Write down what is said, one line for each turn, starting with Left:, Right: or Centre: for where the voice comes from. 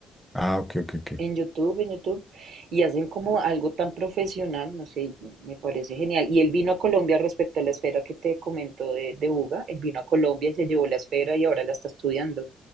Centre: Ah, ok, ok, ok.
Right: en YouTube, en YouTube, y hacen como algo tan profesional, no sé, me parece genial. Y él vino a Colombia respecto a la esfera que te comento de, de Buga, él vino a Colombia y se llevó la esfera y ahora la está estudiando.